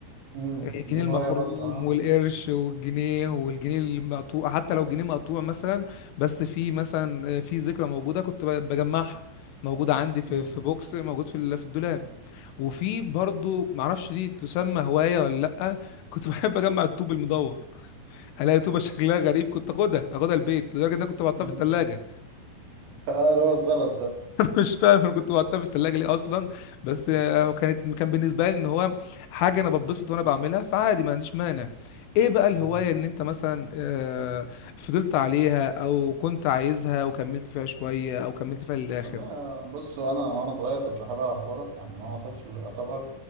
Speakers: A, on the right; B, on the left.
A: مم.
B: الجنيه
A: دي
B: المخروم
A: هواية برضه أه
B: والقرش والجنيه والجنيه المقطوع حتى لو جنيه مقطوع مثلا بس في مثلا آه، في ذكرى موجوده كنت ب- بجمعها موجوده عندي في
A: مم.
B: في بوكس موجود في ال- في الدولاب وفي برضو معرفش دي تسمى هوايه ولا لا كنت <laughs> بحب اجمع الطوب المدور الاقي طوبه شكلها غريب كنت اخدها اخدها البيت لدرجه ان انا كنت بحطها
A: مم.
B: في الثلاجه
A: آه اللي هو الزلط ده
B: <laughs> مش فاهم انا كنت بحطها في التلاجة ليه اصلا بس آه، كانت كان بالنسبة لي ان هو حاجة انا بتبسط وانا بعملها فعادي ما عنديش مانع ايه بقى الهواية
A: مم.
B: ان انت مثلا آه، فضلت عليها او كنت عايزها وكملت فيها شوية او كملت فيها للاخر
A: والله بص وانا وانا صغير كنت بحب العب كوره يعني من وانا طفل يعتبر